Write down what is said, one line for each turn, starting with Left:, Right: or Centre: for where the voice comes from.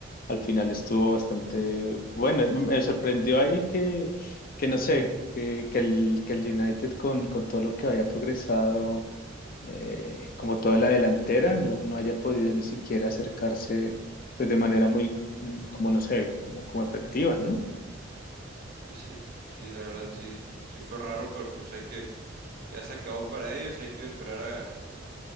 Left: al final estuvo bastante bueno. Me sorprendió ahí que, que no sé, que, que el, que el United con, con todo lo que había progresado, eh, como toda la delantera, no, no haya podido ni siquiera acercarse, pues de manera muy, mm, como no sé, como, como efectiva, ¿no?
Right: Pues sí, sí, la verdad sí, sí fue raro, pero pues hay que, ya se acabó para ellos y hay que esperar a,